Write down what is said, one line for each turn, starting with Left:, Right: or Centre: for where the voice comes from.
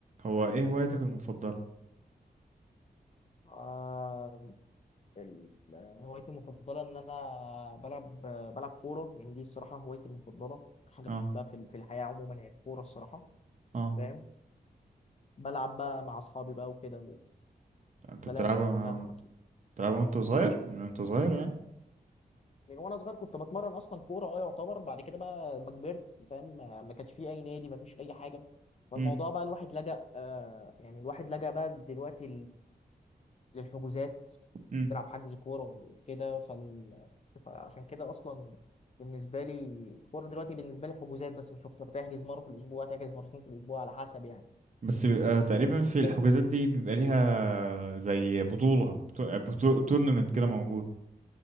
Right: هو ايه هوايتك المفضلة
Left: آه، ال- هوايتي المفضلة إن أنا بلعب بلعب كورة يعني دي الصراحة هوايتي المفضلة حاجة
Right: اه
Left: بحبها في في الحياة عموما هي الكورة الصراحة
Right: اه
Left: فاهم بلعب بقى مع أصحابي بقى وكده
Right: انت
Left: والكلام
Right: بتلعبها
Left: ده أنت
Right: آه،
Left: فاهمه أكيد
Right: بتلعبها وانت صغير من وانت صغير يعني
Left: من وأنا صغير كنت بتمرن أصلا كورة أه يعتبر بعد كده بقى ما كبرت فاهم ما ما كانش فيه أي نادي ما فيش أي حاجة فالموضوع
Right: امم
Left: بقى الواحد لجأ آه يعني الواحد لجأ بقى دلوقتي للحجوزات
Right: امم
Left: تلعب حجز كورة وكده فال... فعشان كده أصلا بالنسبة لي الكورة دلوقتي بالنسبة لي حجوزات بس مش أكتر تحجز مرة في الأسبوع تحجز مرتين في الأسبوع على حسب يعني
Right: بس بيبقى تقريبا في الحجوزات
Left: بس
Right: دي بيبقى ليها زي بطولة بطولة تورنمنت كده موجود